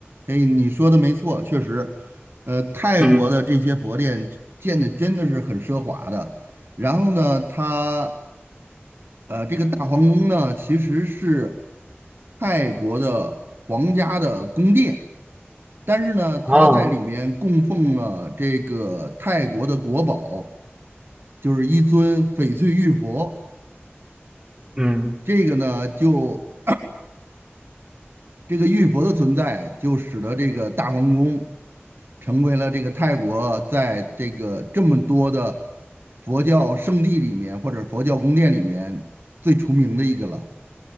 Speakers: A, on the right; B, on the right.
A: 哎，你说的没错，确实，呃，泰国的这些佛殿建的真的是很奢华的。
B: 嗯
A: 然后呢，它，呃，这个大皇宫呢，其实是泰国的皇家的宫殿，但是呢，它在里面供奉了这个泰国的国宝，
B: 哦，
A: 就是一尊翡翠玉佛。
B: 嗯，
A: 这个呢，就这个玉佛的存在，就使得这个大皇宫成为了这个泰国在这个这么多的佛教圣地里面，或者佛教宫殿里面最出名的一个了。